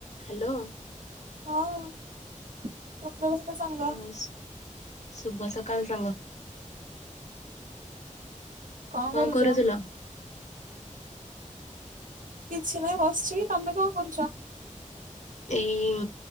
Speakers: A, on the left; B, on the right.
A: Hello.
B: ହଁ। ସୁପ୍ରଭାତ ସାଙ୍ଗ
A: ହଁ, ଶୁଭ ସକାଳ ସାଙ୍ଗ।
B: କଣ
A: କଁ
B: କରୁଛ?
A: କରୁଥିଲ?
B: କିଛି ନାଇଁ, ବସିଛି ତମେ କଣ କରୁଚ?
A: ଏଇ